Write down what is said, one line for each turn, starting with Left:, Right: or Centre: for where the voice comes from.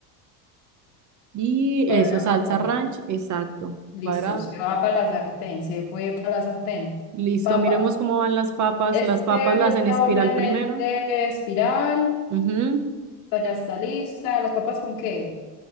Right: Y
Left: cuadrado.
Right: eso, salsa ranch.
Left: ¿no?
Right: Exacto.
Left: Listo,
Right: Cuadrado.
Left: se va para la sartén, se fue para la sartén.
Right: Listo.
Left: Papas.
Right: Miremos cómo van las papas.
Left: Este,
Right: Las papas las
Left: esta
Right: en espiral
Left: orden
Right: primero.
Left: es de espiral,
Right: Ujú,
Left: esta ya está lista. ¿Las papas con qué?